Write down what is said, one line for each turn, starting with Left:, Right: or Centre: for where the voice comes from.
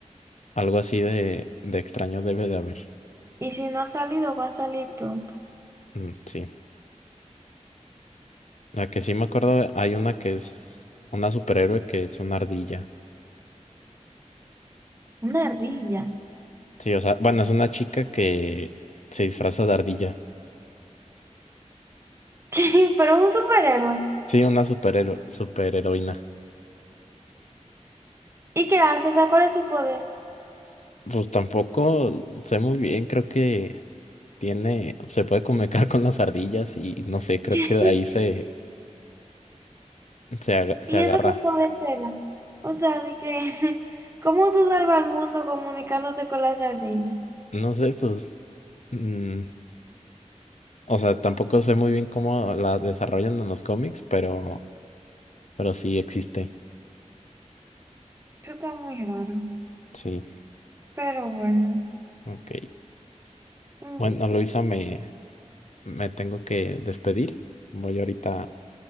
Left: Algo así de, de extraño debe de haber.
Right: Y si no ha salido, va a salir pronto.
Left: Mm, sí. La que sí me acuerdo, hay una que es una superhéroe que es una ardilla.
Right: Una ardilla.
Left: Sí, o sea, bueno, es una chica que se disfraza de ardilla.
Right: <laughs> Pero es un superhéroe.
Left: Sí, una superhero superheroína.
Right: ¿Y qué hace? O sea, ¿cuál es su poder?
Left: Pues tampoco sé muy bien, creo que tiene, se puede comunicar <laughs> con las ardillas y no sé, creo
Right: <laughs>
Left: que de ahí se, se, aga- se
Right: ¿Y
Left: agarra.
Right: eso qué poder te da? O sea, de que, <laughs> ¿cómo tú salvas al mundo comunicándote con las ardillas?
Left: No sé, pues, mm, o sea, tampoco sé muy bien cómo la desarrollan en los cómics, pero, pero sí existe.
Right: Eso está muy raro.
Left: Sí,
Right: Pero bueno,
Left: ok.
Right: mm,
Left: Bueno, Luisa, me, me tengo que despedir. Voy ahorita